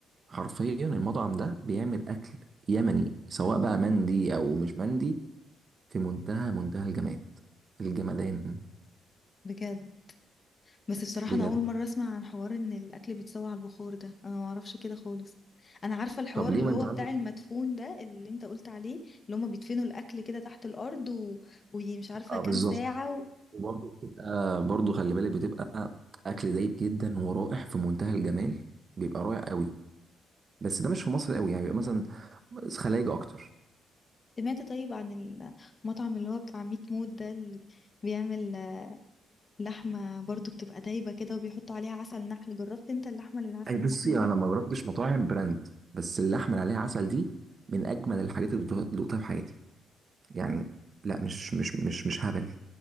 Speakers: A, on the right; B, on the left.
A: حرفيا المطعم ده بيعمل اكل يمني سواء بقى مندي او مش مندي في منتهى منتهى الجمال الجمدان
B: بجد بس بصراحة
A: بجد
B: أنا أول مرة أسمع عن حوار إن الأكل بيتسوى على البخار ده أنا ما أعرفش كده خالص أنا عارفة الحوار
A: طب ليه
B: اللي
A: ما
B: هو
A: انت عندك
B: بتاع المدفون ده اللي أنت قلت عليه اللي هما بيدفنوا الأكل كده تحت الأرض و... ومش عارفة
A: اه
B: كام
A: بالظبط
B: ساعة و...
A: وبرضه بتبقى برضه خلي بالك بتبقى اكل دايب جدا ورائع في منتهى الجمال بيبقى رائع قوي بس ده مش في مصر قوي يعني بيبقى مثلا خلايج اكتر
B: سمعت طيب عن المطعم اللي هو بتاع ميت موت ده اللي بيعمل لحمة برضو بتبقى دايبة كده وبيحطوا عليها عسل نحل جربت أنت اللحمة اللي بالعسل
A: اي بصي
B: النحل
A: انا
B: دي؟
A: ما جربتش مطاعم براند بس اللحمه اللي عليها عسل دي من اجمل الحاجات اللي دوقتها دوقتها في حياتي يعني لا مش مش مش مش هبل